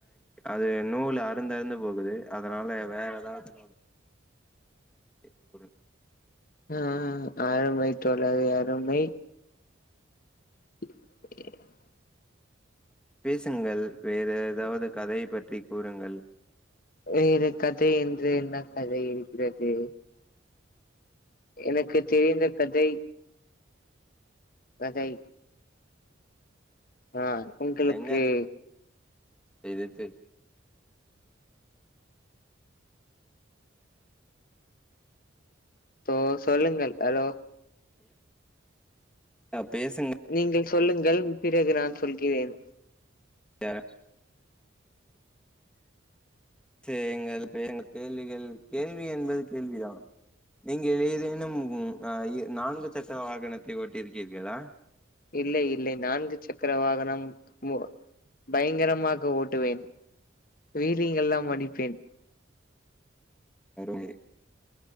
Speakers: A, in the centre; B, on the left (about 45°).
A: அது நூல் அருந்து அருந்து போகுது அதனால வேற எதாவது நம் எ கூட
B: ஆ அருமை தோழர் அருமை <inaudible>
A: பேசுங்கள் வேற எதாவது கதையை பற்றி கூறுங்கள்
B: வேற கதை என்று என்ன கதை இருக்கிறது எனக்கு தெரிந்த கதை கதை ஆ உங்களுக்கு
A: எங்க இது இது
B: சோ சொல்லுங்கள் ஹலோ
A: பேசுங்க
B: நீங்கள் சொல்லுங்கள் பிறகு நான் சொல்கிறேன்
A: அ செய்யுங்கள் வேறென்ன கேள்விகள் கேள்வி என்பது கேள்விதா நீங்கள் ஏதேனும் நான்கு சக்கர வாகனத்தை ஓட்டி இருக்கீர்களா
B: இல்லை இல்லை நான்கு சக்கர வாகனம் மொ பயங்கரமாக ஓட்டுவேன் வீலிங் எல்லாம் அடிப்பேன்
A: அருமை